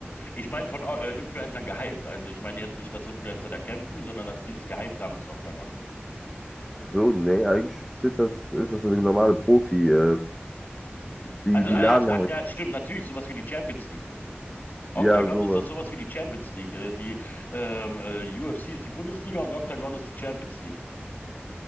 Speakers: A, on the left (about 45°); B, in the centre.
A: Ich meine von äh, Influencern gehypt. Also ich meine jetzt nicht, dass Influencer da campen, sondern dass die das gehypt haben, das Octagon.
B: Ach so, nee, eigentlich sind das, ist das eine normale Profi. Äh, die,
A: Also,
B: die
A: ah
B: laden
A: ja, ach
B: halt,
A: ja, stimmt, natürlich, sowas wie die Champions League. Octagon
B: ja, sowas.
A: ist doch sowas wie die Champions League. Äh, die ähm, äh, UFC ist die Bundesliga und Octagon ist die Champions League.